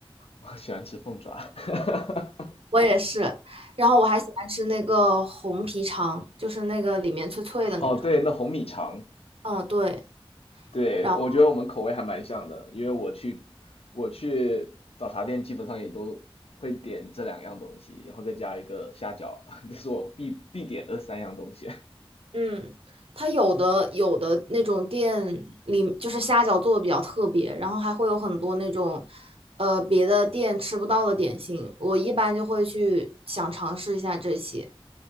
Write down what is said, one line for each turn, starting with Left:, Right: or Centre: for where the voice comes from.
Left: 我喜欢吃凤爪。<laughs>
Right: 我也是。然后我还喜欢吃那个红皮肠，就是那个里面脆脆的那种。
Left: 哦，对，那红米肠，
Right: 嗯，对。
Left: 对，
Right: 然后，
Left: 我觉得我们口味还蛮像的，因为我去我去早茶店基本上也都会点这两样东西，然后再加一个虾饺，<laughs> 这是我必必点的三样东西。
Right: 嗯，它有的有的那种店里就是虾饺做的比较特别，然后还会有很多那种呃别的店吃不到的点心。我一般就会去想尝试一下这些。